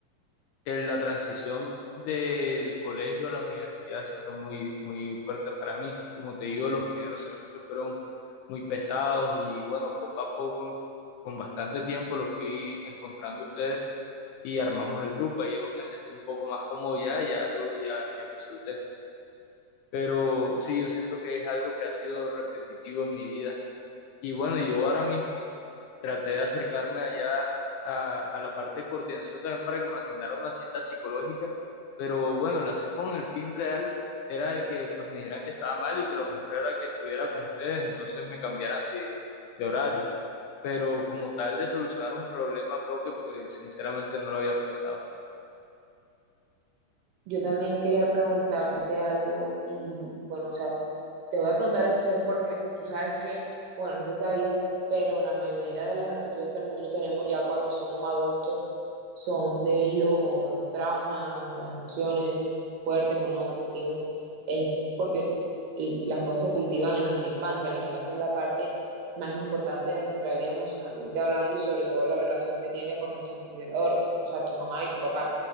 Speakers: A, on the left; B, on the right.
A: en la transición del colegio a la universidad sí fue muy, muy fuerte para mí. Como te digo, los primeros semestres fueron muy pesados y bueno, poco a poco, con bastante tiempo, lo fui encontrando ustedes y armamos el grupo. Ahí yo me sentí un poco más cómodo ya, ya luego ya, ya me solté. Pero sí, yo siento que es algo que ha sido repetitivo en mi vida. Y bueno, yo ahora mismo traté de acercarme allá a, a la parte de coordinación también para que me asignara una cita psicológica, pero bueno, la sé con el fin real era de que pues me dijeran que estaba mal y que lo mejor era que estuviera con ustedes, entonces me cambiaran de, de horario. Pero como tal de solucionar un problema propio, pues sinceramente no lo había pensado.
B: Yo también quería preguntarte algo y bueno, o sea, te voy a preguntar esto es porque tú sabes que, bueno, no sé si sabías, pero la mayoría de las actitudes que nosotros tenemos ya cuando somos adultos son debido o los traumas, las emociones fuertes o no que sentimos, es porque l- las cosas se cultivan en nuestra infancia. La infancia es la parte más importante de nuestra vida emocionalmente hablando y sobre todo la relación que tiene con nuestros cuidadores, o sea, tu mamá y tu papá.